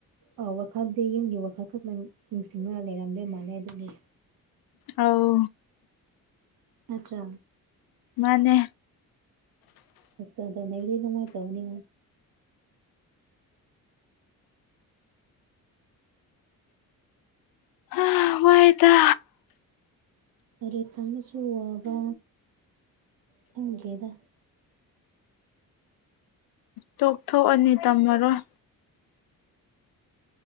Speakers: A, on the right; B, on the left.
A: ꯑꯥ ꯋꯥꯈꯜꯗꯤ ꯌꯨꯝꯒꯤ ꯋꯥꯈꯜ ꯈꯛꯇꯪ ꯅꯤꯡꯁꯤꯡꯗꯨꯅ ꯂꯩꯔꯝꯗꯦ ꯃꯥꯥꯟꯂꯩ ꯑꯗꯨꯅꯤ
B: ꯑꯥꯎ
A: ꯑꯆꯥ
B: ꯃꯥꯅꯦ
A: ꯍꯁꯗ ꯅꯔꯤ ꯅꯅꯨꯡꯥꯏ ꯇꯧꯅꯤ
B: ꯑ ꯍꯣꯏꯗ
A: ꯑꯩ ꯇ ꯑꯃꯁꯨ ꯋꯥꯕ ꯈꯪꯗꯦꯗ
B: ꯆꯣꯛꯊꯣꯛꯑꯅꯤ ꯇꯝꯃꯔꯣꯏ